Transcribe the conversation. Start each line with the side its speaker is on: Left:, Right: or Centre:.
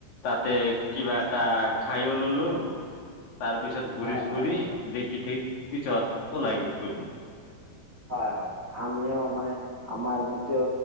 Left: তাতে কিবা এটা খাইও ললো তাৰ পিছত, ঘূৰি
Right: হয়
Left: ফুৰি
Right: হয়
Left: দেখি ঠিক পিছত ওলাই গলো
Right: হয়, হয়, আমিও মানে, আমাৰ যিটো